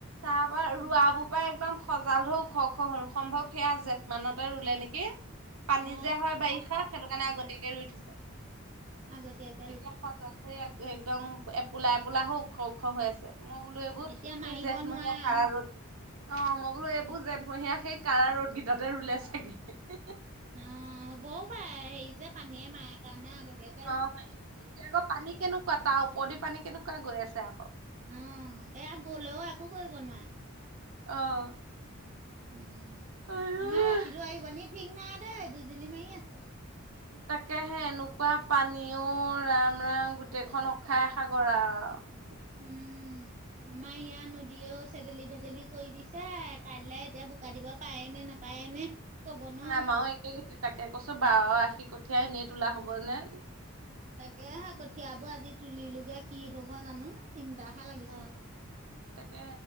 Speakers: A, on the right; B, on the right.
A: তাৰ পৰা
B: অ
A: ৰোৱাবোৰ পৰা একদম সজাল ধৰ ওখ ওখ হল সম্ভৱ সেয়া জেঠ মানতে ৰুলে নেকি। পানী
B: অ
A: যে হয় বাৰিষা সেইটো কাৰণে আগতীয়াকে ৰুই থৈছে।
B: আগতীয়াক
A: এতিয়া সজা সেৰি একদম এপোলা এপোলা হ ওখ ওখ হৈ আছে মই বোলো এইবোৰ
B: এতিয়া মাৰিব
A: এই জেঠমহীয়া
B: নোৱাৰা
A: কাৰা‌ ৰ'দ অ' মই বোলো এইবোৰ জঠমহীয়া সেই কাৰা ৰ'দ কেইটাতে ৰুলে চাগে।
B: উম' হ'বও পাৰে হেৰি যে পানীয়ে মায়ে কাৰণে আগতীয়াক
A: অ' এতিয়া আকৌ পানী কেনেকুৱা তাৰ ওপৰদি পানী কেনেকুৱা গৈ আছে আকৌ
B: অ' এয়া গলেও একো কৰিব নোৱাৰে।
A: অঁ',।
B: উম'
A: আৰু
B: আমাৰ ৰাতিলৈ আহিবনি ঠিক নাই দেই বিজুলি মাৰি আছে।
A: তাকেহে এনেকুৱা পানীও ৰাম ৰাম গোটেইখন
B: তাকে
A: উশাহ সাগৰ আৰু।
B: উম' আমাৰ ইয়াত নদীয়েও চেদেলি ভেদেলি কৰি দিছে। ছে কাইলৈ এতিয়া বোকা দিব পাৰে নে নাপায় নে ক'ব নোৱাৰো
A: আমাৰও একে কটি দুটাকে কৈছো বাৰ আশী কঠীয়াই এনেই তোলা হবনে
B: তাকেহে কঠিয়াবোৰ আজি তুলিলোগে কি হব জানো চিন্তাহে লাগিছে
A: উম তাকে